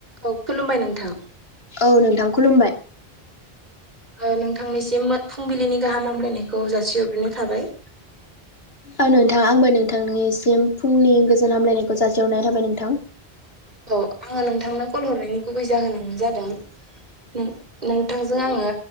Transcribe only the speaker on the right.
औ खुलुमबाय नोंथां
ओ नोंथांनिसिम फुंबिलिनि गाहाम हामलायनायखौ जासिहरग्रोनाय थाबाय
औ आङो नोंथांनो कल हरनायनि गुबै जाहोनानो जादों नों नोंथांजों आङो